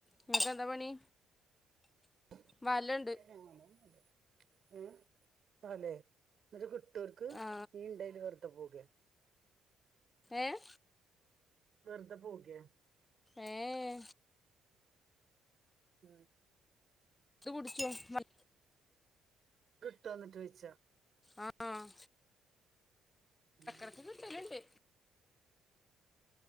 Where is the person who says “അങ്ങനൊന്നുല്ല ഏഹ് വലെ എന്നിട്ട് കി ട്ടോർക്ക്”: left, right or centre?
Right